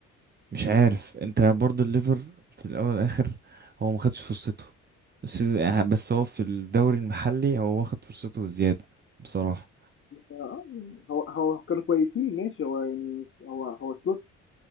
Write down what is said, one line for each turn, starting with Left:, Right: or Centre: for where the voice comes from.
Right: مش عارف انت برضو الليفر في الاول والاخر هو ما خدش فرصته السيزون- آه، بس هو في الدوري المحلي هو واخد فرصته زيادة بصراحة
Left: آه، هو هو كانوا كويسين ماشي هو يعني هو هو سلوت